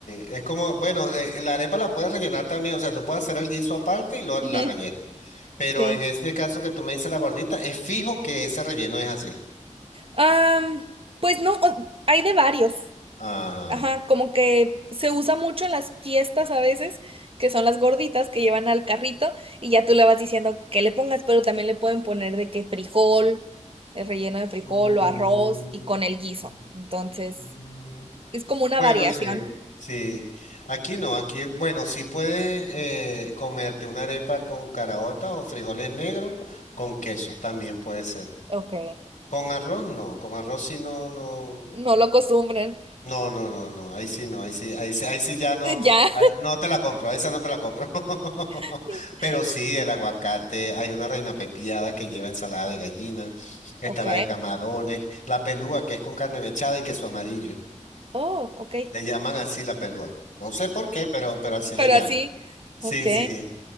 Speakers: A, on the left; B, on the right.
A: es como, bueno, eh, la arepa la puedes rellenar también, o sea, tú puedes hacer el guiso aparte y lo,
B: <laughs>
A: la rellenas.
B: Ujú.
A: Pero
B: Sí.
A: en este caso que tú me dices la gordita, es fijo que ese relleno es así.
B: Am, pues no, o- hay de varios.
A: Ajá.
B: Ajá, como que se usa mucho en las fiestas a veces, que son las gorditas que llevan al carrito y ya tú le vas diciendo que le pongas, pero también le pueden poner de que frijol, el relleno de frijol
A: Mm, mm,
B: o arroz y con el guiso.
A: mm,
B: Entonces,
A: mm.
B: es como una
A: Bueno,
B: variación.
A: sí, sí. Aquí no, aquí, bueno, sí puedes eh, comerte una arepa con caraota o frijoles negros con queso, también puede ser.
B: Ok,
A: Con arroz no, con arroz sí no, no,
B: no lo acostumbran.
A: no, no, no, no, ahí sí no, ahí sí, ahí sí, ahí sí ya no,
B: <laughs> Ya.
A: ahí- no te la compro, esa no te la compro. <laughs>
B: <laughs>
A: Pero sí, el aguacate, hay una reina pepiada que lleva ensalada de gallina, está
B: Ok.
A: la de camarones, la pelúa que es con carne mechada y queso amarillo.
B: Oh, ok.
A: Le llaman así la pelúa. No sé por qué, pero, pero así
B: Pero
A: le llaman.
B: así.
A: Sí,
B: Ok.
A: sí.